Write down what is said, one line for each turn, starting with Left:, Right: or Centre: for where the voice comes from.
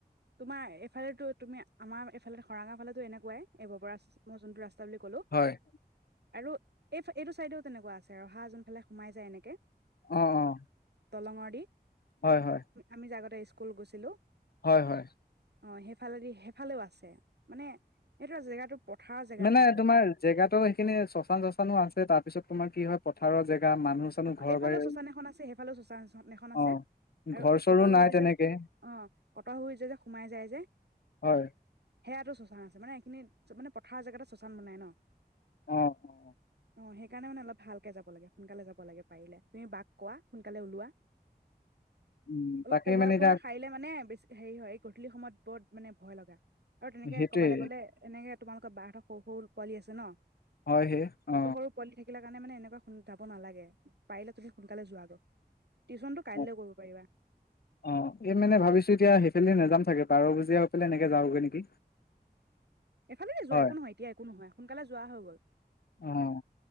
Right: তোমাৰ এফালেতো তুমি আমাৰ ইফালে খৰাঙৰ ফালে এনে এনেকুৱাই এব পৰা মই যোনটো ৰাস্তা বুলি ক'লো
Left: অ',
Right: আৰু এই এইটো চাইডেও তেনেকুৱা আছে আহা যোনফালে সোমাই যায় এনেকে
Left: অ অ
Right: দলংৰ দি
Left: হয়, হয়,
Right: আমি যে আগতে আহিছো স্কুল গৈছিলো
Left: হয় হয়
Right: অ সেইফালেদি সেইফালেও আছে মানে সেইটোৰা জেগাটো পথাৰৰ জেগা
Left: মানে
Right: ন বহুত
Left: তোমাৰ জেগাতো সেইখিনি শশান শশানো আছে তাৰপিছত তোমাৰ কি হয় পথাৰৰ জেগা মানুহ চানুহ
Right: অ
Left: ঘৰ
Right: এইফালেও
Left: বাৰী
Right: শ্মশান এখন আছে সেইফালেও শ্মশান এখন আছে
Left: অ',
Right: আৰু
Left: ঘৰ
Right: এই
Left: চৰো
Right: কটৰ গুৰিত
Left: নাই তেনেকে
Right: যে অ কটৰ গুৰিত যে সোমাই যায় যে।
Left: হয়
Right: সেয়াইটো শ্মশান আছে মানে এইখিনিত মানে পথাৰৰ জেগাতে শ্মশান বনাই ন।
Left: অ অ
Right: অ সেইকাৰণে মানে অলপ ভালকে যাব লাগে সোনকালে যাব। যাব লাগে পাৰিলে তুমি বাক কোৱা সোনকালে ওলোৱা।
Left: উম,
Right: অলপ
Left: তাকেই
Right: পোহৰে
Left: মানে এতিয়া
Right: পোহৰে সাৰিলে মানে বেছি হেৰি হয় গধূলি সময়ত। বহুত মানে ভয় লগা। আৰু তেনেকে
Left: সেইটোৱে
Right: কবালৈ গলে এনেকে। তোমালোকৰ বা হতৰ সৰু সৰু পোৱালি আছে ন।
Left: হয় সেই
Right: সৰু
Left: অ
Right: সৰু পোৱালি থাকিলে কাৰণে মানে এনেকুৱা ফোন উঠাব নালাগে। পাৰিলে তুমি সোনকালে যোৱাগৈ। টিউচনটো কাইলৈ
Left: অ
Right: কৰিব পাৰিবা
Left: অ এই মানে ভাবিছোঁ এতিয়া সেইফালে নেযাম। চাগে বাৰ বজিয়া হৈ পেলাই এনেকে যাওঁগে নেকি।
Right: এইফালেতে যোৱা
Left: হয়
Right: একো নহয় এতিয়া একো নহয় সোনকালে যোৱা হৈ গল।
Left: অ'।